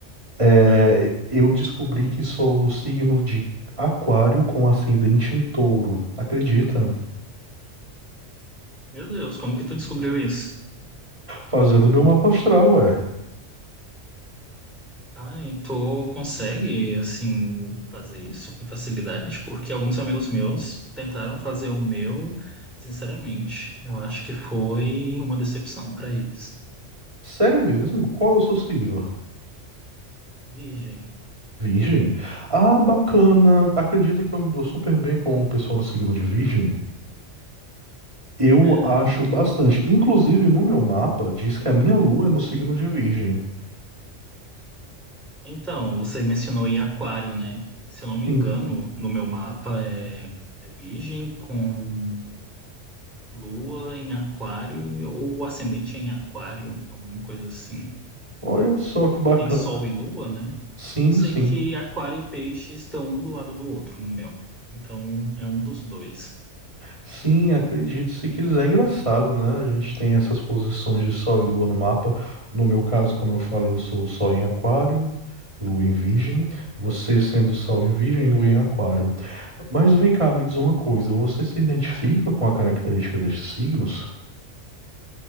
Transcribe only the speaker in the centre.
Ah,
meu Deus, como que tu descobriu isso?
Ah, e tu consegue, assim, fazer isso com facilidade? Porque alguns amigos meus tentaram fazer o meu, sinceramente, eu acho que foi uma decepção para eles.
Virgem.
É,
então, você mencionou em Aquário, né? Se eu não me
engano, no meu mapa é, é Virgem com Lua em Aquário, ou ascendente em Aquário, alguma coisa assim.
Porque
tem Sol e Lua, né?
Eu sei
que Aquário e Peixe estão um do lado do outro no meu. Então, é um dos dois.